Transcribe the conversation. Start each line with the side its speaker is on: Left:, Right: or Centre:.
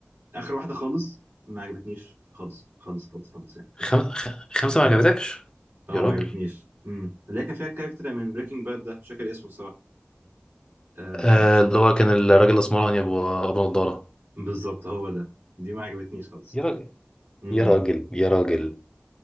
Right: اخر واحده خالص ما عجبتنيش خالص خالص خالص خالص يعني
Left: خم...
Right: باشا
Left: خ- خمسة ما عجبتكش
Right: اه
Left: يا راجل
Right: ما عجبتنيش امم اللي هي كان فيها الكاركتر من بريكنج باد ده مش فاكر اسمه الصراحه آه
Left: آه
Right: مش
Left: اللي
Right: ع-
Left: هو كان الراجل الاسمراني ابو ابو نضاره
Right: بالظبط هو ده دي ما عجبتنيش خالص
Left: يا راجل
Right: امم
Left: يا راجل يا راجل